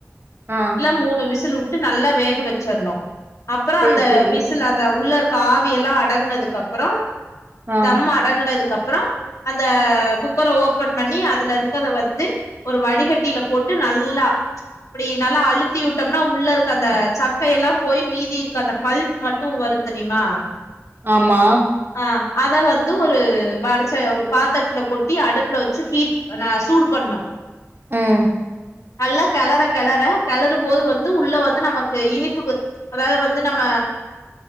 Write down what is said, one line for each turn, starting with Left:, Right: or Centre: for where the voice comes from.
Right: ஆ
Left: இல்ல மூணு விசில் உட்டு நல்லா வேக வெச்சிற்ணு அப்றோ
Right: சேரி
Left: அந்த
Right: சேரி
Left: விசில் அந்த உள்ள இருக்க ஆவி எல்லா அடங்குனதுக்கப்றோ
Right: ஆ
Left: தம்ம அடங்கனதுக்கப்றோ அந்த குக்கர ஓபன் பண்ணி அதுல இருக்கத வந்து ஒரு வடிகட்டில போட்டு நல்லா அப்டி நல்லா அழுத்தி உட்டம்னா உள்ளருக்க அந்த சக்கையெல்லா போயி மீ தி இருக்க அந்த பல்ப் மட்டு வரு தெரிமா
Right: ஆம்மா
Left: ஆ அத வந்து ஒரு வடச்ச ஒரு பாத்ரத்துல கொட்டி அடுப்புல வச்சி ஹீட் நா சூடு பண்ணு
Right: ம்
Left: நல்லா கெளற கெளற கெளறும் போது வந்து உள்ள வந்து நமக்கு இனிப்புக்கு அதாவது வந்து நம்ம